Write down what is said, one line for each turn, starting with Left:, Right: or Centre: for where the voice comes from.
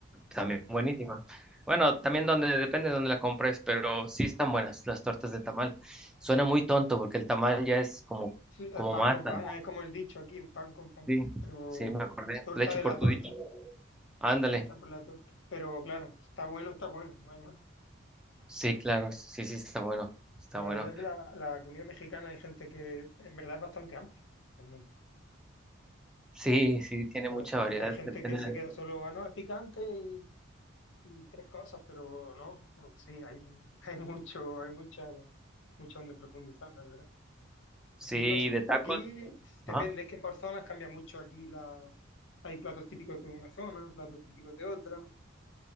Centre: también
Left: Ah,
Centre: buenísima. Bueno, también donde, depende de dónde la compres, pero sí están buenas las tortas de tamal. Suena muy tonto porque el tamal ya es como,
Left: sí, es
Centre: como
Left: pan
Centre: masa.
Left: con pan, es como el dicho aquí, un pan con pan.
Centre: Sí,
Left: Pero
Centre: sí, me acordé.
Left: torta
Centre: De hecho,
Left: de
Centre: por
Left: la
Centre: tu
Left: torta,
Centre: dicho. Ándale.
Left: torta por la torta. Pero claro, está bueno, está bueno, no hay más.
Centre: Sí, claro, sí, sí, está bueno, está
Left: La verdad
Centre: bueno.
Left: es que la, la comida mexicana hay gente que en verdad es bastante amplia, realmente.
Centre: Sí,
Left: Mm,
Centre: sí, tiene
Left: es
Centre: mucha
Left: bastante,
Centre: variedad.
Left: hay gente
Centre: Depende.
Left: que se
Centre: de-
Left: queda solo, ah, no, es picante y, y tres cosas, pero no, no, sí, hay, <laughs> hay mucho, hay mucha. mucho donde profundizar, la verdad.
Centre: Sí,
Left: Aquí no son,
Centre: de tacos.
Left: aquí depende,
Centre: Ajá.
Left: es que por zonas cambia mucho. Aquí la, hay platos típicos de una zona, platos típicos de otra,